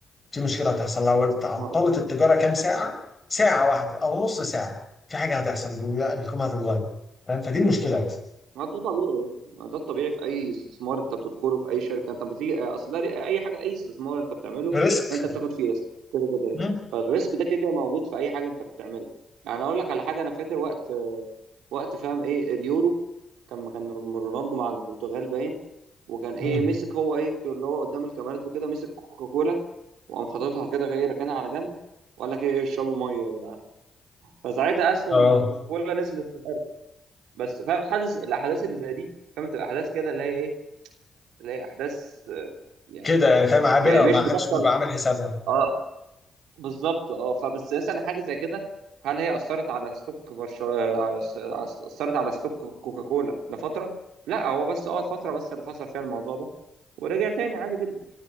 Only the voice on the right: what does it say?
ما
ما ده طبيعي ما ده الطبيعي في اي استثمار انت بتدخله في اي شركه انت بتيجي آه، اصل ده ري- اي حاجه اي استثمار انت بتعمله
انت بتاخد فيه ريسك كده كده
فالريسك ده كده كده موجود في اي حاجه انت بتعملها يعني اقول لك على حاجه انا فاكر وقت وقت فاهم ايه اليورو كان كان رونالدو مع البرتغال باين وكان
ايه مسك هو ايه اللي هو قدام الكاميرات وكده مسك كوكاكولا وقام حاططها كده في ايه ركنها على جنب وقال لك ايه اشربوا ميه يا جدعان فساعتها اسهم
كوكاكولا نزلت بس فاهم حاسس الاحداث اللي زي دي فاهم تبقى احداث كده اللي هي ايه اللي هي احداث آه، يعني
يعني مش
بتحصل
اه بالظبط اه فبس مثلا حاجه زي كده هل هي اثرت على ستوك برشا على- اثرت على ستوك كوكاكولا لفتره لا هو بس اه فتره بس اللي حصل فيها الموضوع ده ورجع تاني عادي جدا